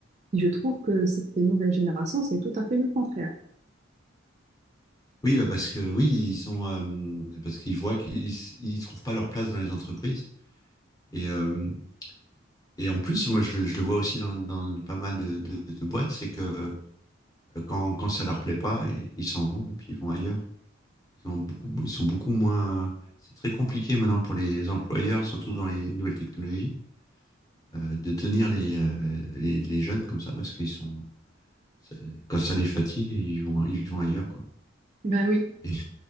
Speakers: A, on the right; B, on the left.
A: Je trouve que cette nouvelle génération, c'est tout à fait le contraire.
B: Oui, bah parce que oui, ils sont euh, parce qu'ils voient qu'ils ils- ils trouvent pas leur place dans les entreprises. Et, euh, et en plus, moi, je, le je le vois aussi dans, dans pas mal de, de- de boîtes, c'est que euh, quand, quand ça leur plaît pas, et- ils s'en vont et puis ils vont ailleurs. Ils ont beaucoup, ils sont beaucoup moins. C'est très compliqué maintenant pour les employeurs, surtout dans les nouvelles technologies, euh, de tenir les, euh, les, les jeunes comme ça parce qu'ils sont ça- quand ça les fatigue, ils vont ils vont ailleurs quoi.
A: Ben oui,
B: Et,